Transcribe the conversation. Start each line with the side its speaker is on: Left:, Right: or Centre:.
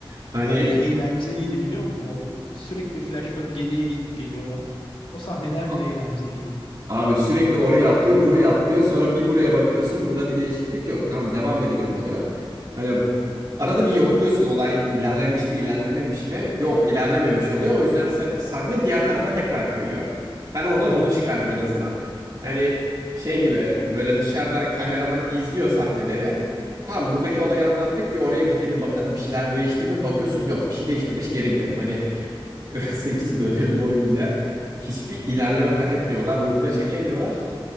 Right: Hani
Left: o bile eğlenceliydi biliyor musun? O sürekli flashback geriye gidip geliyorlar. O sahneler
Right: a-
Left: bile eğlenceliydi.
Right: Abi sürekli oraya atlıyor, buraya atlıyor. Sonra bir buraya bakıyorsun. Burada bir değişiklik yok. Tamam devam edelim oluyor. Hani arada bir yokluyorsun olay ilerlemiş mi, ilerlememiş mi? Yok, ilerlememiş oluyor. O yüzden se- sahne diğer tarafa tekrar kayıyor. Ben oradan
Left: <laughs>
Right: onu çıkardım en azından. Hani şey gibi böyle dışarıdan kameraman izliyor sahneleri. Tamam buradaki olayı anlattık. Bir oraya gidelim bakalım bir şeyler değişti mi? Bakıyorsun yok bir şey değişmemiş geri gidelim. Hani <laughs> 8 bölüm boyunca hiçbir ilerleme kat etmiyorlar. Ruhu da çekemiyorlar.